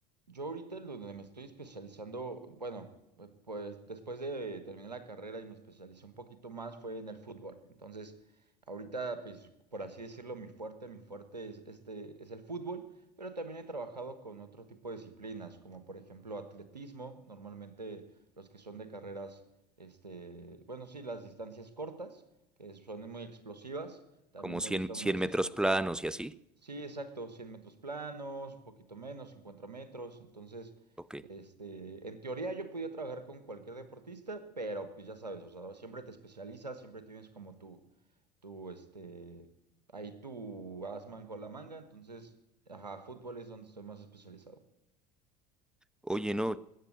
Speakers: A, on the right; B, in the centre.
A: Yo ahorita en donde me estoy especializando, bueno, eh, pues después de terminar la carrera y me especialicé un poquito más fue en el fútbol. Entonces, ahorita, pues, por así decirlo, mi fuerte, mi fuerte es este, es el fútbol, pero también he trabajado con otro tipo de disciplinas, como por ejemplo atletismo, normalmente los que son de carreras, este, bueno, sí, las distancias cortas, que son muy explosivas, también
B: ¿Como
A: me
B: cien
A: gustan
B: 100
A: muchísimo.
B: metros planos y así?
A: Sí, exacto, 100 metros planos, un poquito menos, 50 metros. Entonces,
B: Ok.
A: este, en teoría yo podía trabajar con cualquier deportista, pero pues ya sabes, o sea, siempre te especializas, siempre tienes como tu, tu, este, ahí tu asman con la manga. Entonces, ajá, fútbol es donde estoy más especializado.
B: Oye, no,